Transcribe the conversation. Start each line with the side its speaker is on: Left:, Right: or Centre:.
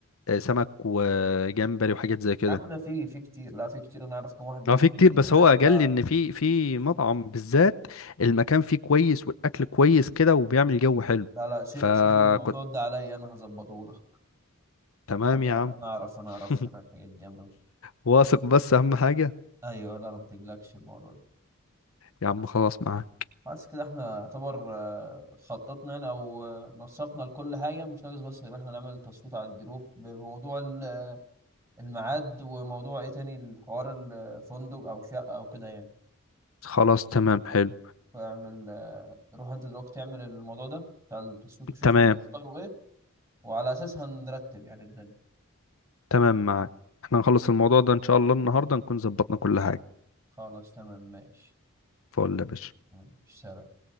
Left: آه، سمك وجمبري وحاجات زي كده
Right: يا عم ده في في كتير لا في كتير أنا أعرف كم واحد برضه
Left: اه في كتير
Right: جامدين
Left: بس
Right: هناك
Left: هو قال
Right: ه-
Left: لي ان في في مطعم بالذات المكان فيه كويس والاكل كويس كده وبيعمل جو حلو
Right: لا لا سيب
Left: فكنت
Right: سيب الموضوع ده عليا أنا هظبطه لك
Left: تمام
Right: أنا
Left: يا عم
Right: أنا أعرف أنا أعرف
Left: <laughs>
Right: هناك حاجات جامدة
Left: واثق بس اهم حاجة
Right: أيوه لا لا ما تقلقش الموضوع ده
Left: يا عم خلاص معاك
Right: بس كده احنا يعتبر آه، خططنا يعني او آه، نسقنا لكل حاجه مش ناقص بس غير ان احنا نعمل تصويت على الجروب بموضوع ال- آه، الميعاد وموضوع ايه تاني الحوار الفندق او شقه او كده يعني
Left: خلاص تمام حلو
Right: فاعمل آه، روح انت دلوقتي تعمل الموضوع ده بتاع التصويت وشوف
Left: تمام
Right: هم هيختاروا ايه وعلى اساسها نرتب يعني الدنيا
Left: تمام معاك احنا نخلص الموضوع ده ان شاء الله النهارده نكون ظبطنا كل حاجة
Right: خلاص تمام ماشي
Left: فول يا باشا
Right: تمام، ماشي سلام